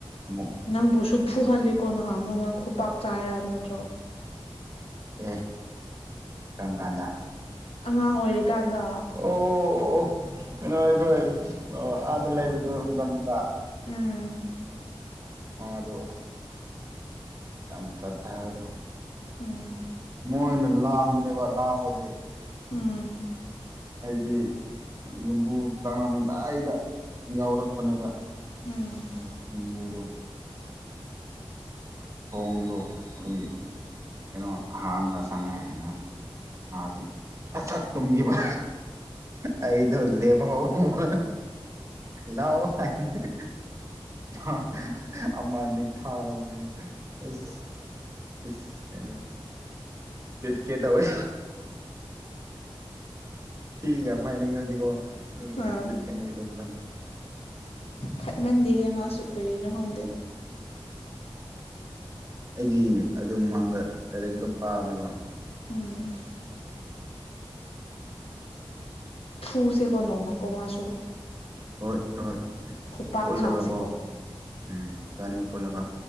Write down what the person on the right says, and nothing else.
ꯑꯃꯨꯛ
ꯑꯦ ꯀꯔꯝ ꯀꯥꯟꯗ
ꯑꯣ ꯑꯣ ꯑꯣ ꯀꯩꯅꯣ ꯑꯩꯈꯣꯏ ꯑꯣ ꯑꯥꯗ ꯂꯩꯕꯗꯨ ꯃꯇꯝꯗꯨꯗ
ꯃꯥꯗꯣ ꯑꯁ ꯌꯥꯝ ꯀꯠꯊꯔꯗꯣ
ꯃꯣꯏꯅ ꯂꯥꯡꯕꯅꯦꯕ ꯂꯥꯡꯕꯗꯤ
ꯑꯩꯗꯤ ꯌꯨꯝꯕꯨ ꯆꯪꯉꯝꯗꯥꯏꯗ ꯌꯥꯎꯔꯛꯄꯅꯦꯕ
ꯗ ꯍꯤꯡꯕꯣꯗꯣ ꯊꯣꯡꯗꯣꯎꯝ ꯀꯩꯅꯣ ꯍꯥꯡꯒ ꯆꯪꯉꯦꯛ ꯑꯦꯅ ꯃꯥꯗꯤ ꯁꯠ ꯁꯠ ꯇꯨꯝꯒꯤꯕ ꯑꯩꯗꯣ ꯂꯦꯞ ꯐꯥꯎꯕ ꯂꯛꯑꯣ ꯍꯥꯏꯕꯅꯦ ꯃ ꯑꯃ ꯅꯤ ꯊꯥꯔꯕꯅꯤꯅ ꯑꯁ ꯏꯁ ꯀꯩꯅꯣ ꯆꯤꯠꯀꯦ ꯇꯧꯋꯤ ꯇꯤꯒ ꯐꯥꯏꯅꯦꯡ ꯉꯗꯤꯀꯣ ꯎꯝ
ꯆꯤꯠꯀꯅꯤ ꯑꯗꯨꯇꯝ
ꯑꯩꯗꯤ ꯑꯗꯨꯝ ꯃꯥꯡꯗ ꯂꯥꯏꯔꯤꯛ ꯑꯗꯨꯝ ꯄꯥꯕꯅꯦꯕ
ꯍꯣꯏ ꯍꯣꯏ
ꯄꯨꯜꯂꯒꯀꯣ
ꯎꯝ ꯏꯕꯅꯤ ꯄꯨꯜꯂꯒ